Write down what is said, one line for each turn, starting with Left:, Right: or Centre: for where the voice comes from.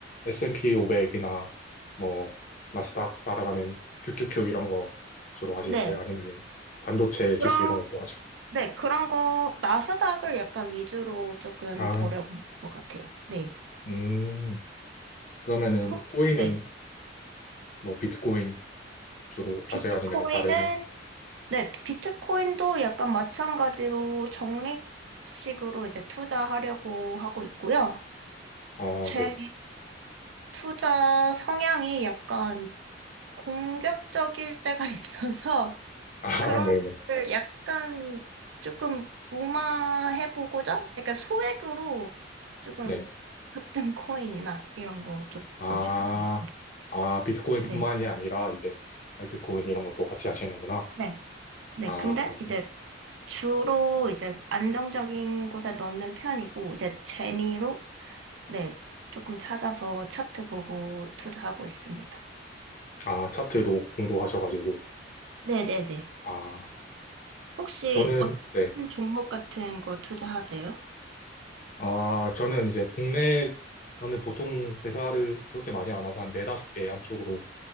Left: S&P 500이나 뭐, 나스닥 따라가는 QQQ 이런 거 주로 하시겠어요?
Right: 네.
Left: 아니면은 반도체 지수
Right: 그런,
Left: 이런 것도 하죠?
Right: 네, 그런 거, 나스닥을 약간 위주로 조금
Left: 아,
Right: 보려고 하는 것 같아요. 네.
Left: 음, 그러면은
Right: 혹-
Left: 코인은
Right: 네.
Left: 뭐, 비트코인 주로
Right: 비트코인은
Left: 하세요? 아니면은 다른,
Right: 네, 비트코인도 약간 마찬가지로 적립식으로 이제 투자하려고 하고 있고요.
Left: 어,
Right: 제
Left: 네.
Right: 투자 성향이 약간 공격적일 때가 <laughs> 있어서
Left: 아,
Right: 그런
Left: <laughs> 네네.
Right: 걸 약간 조금 무마해보고자? 약간 소액으로 조금
Left: 네.
Right: 급등 코인이나 이런 거 조금씩
Left: 아,
Right: 하고 있습니다.
Left: 아, 비트코인뿐만이
Right: 네.
Left: 아니라 이제 알트코인 이런 것도 같이 하시는구나.
Right: 네. 네,
Left: 아,
Right: 근데
Left: 그렇군.
Right: 이제 주로 이제 안정적인 곳에 넣는 편이고, 이제 재미로, 네, 조금 찾아서 차트 보고 투자하고 있습니다.
Left: 아, 차트도 공부하셔가지고.
Right: 네네네.
Left: 아,
Right: 혹시
Left: 저는,
Right: 어떤
Left: 네.
Right: 종목 같은 거 투자하세요?
Left: 아, 저는 이제 국내, 저는 보통 회사를 그렇게 많이 안 하고 한 네다섯 개 안쪽으로